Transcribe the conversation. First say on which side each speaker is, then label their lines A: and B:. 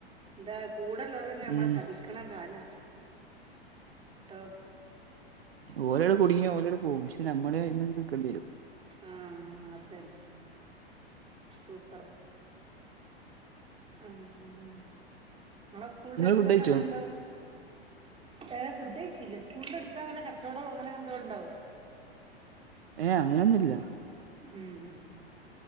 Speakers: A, on the right (about 15°); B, on the right (about 70°).
A: ഇന്താ കൂടൊള്ളോർ തന്നെ നമ്മളെ
B: ഉം
A: ചതിക്കണ കാല ട്ടോ
B: ഓലോട് കുടുങ്ങിയ ഓലോട് പോം പക്ഷെ നമ്മള് അയിന് നിൽക്കണ്ടി വരും
A: ആ അതന്നെ സൂപ്പറാ ഉം ങ്ങളെ സ്കൂളിന്റെ
B: നിങ്ങള്
A: അടുത്തൊക്കെ
B: ഫുഡ് കഴിച്ചോ
A: അങ്ങനെ ന്തോ ഏ ഫുഡ് കയിച്ചില്ല സ്കൂളിന്റെ അടുത്ത് അങ്ങനെ കച്ചോടോ അങ്ങനെ എന്തോ ഒണ്ടോ
B: ഏ അങ്ങനെന്നും ഇല്ല
A: ഉം